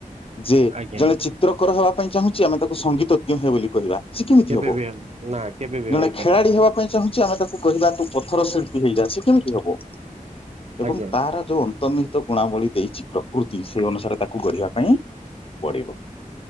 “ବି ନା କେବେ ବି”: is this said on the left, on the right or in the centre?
Right